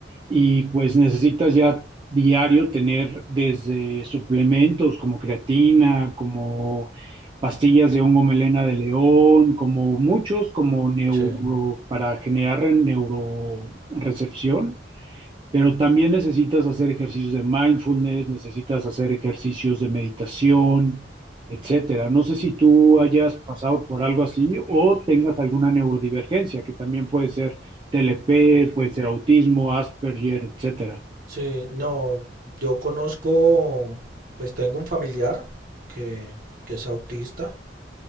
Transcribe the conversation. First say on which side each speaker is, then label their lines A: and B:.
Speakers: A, on the right; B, on the right.
A: y pues necesitas ya diario tener desde suplementos como creatina, como pastillas de hongo melena de león, como muchos, como neuro,
B: Sí.
A: para generar neurorecepción pero también necesitas hacer ejercicios de mindfulness, necesitas hacer ejercicios de meditación, etcétera. No sé si tú hayas pasado por algo así o tengas alguna neurodivergencia, que también puede ser TLP, puede ser autismo, Asperger, etcétera.
B: Sí, no, yo conozco, pues tengo un familiar que, que es autista,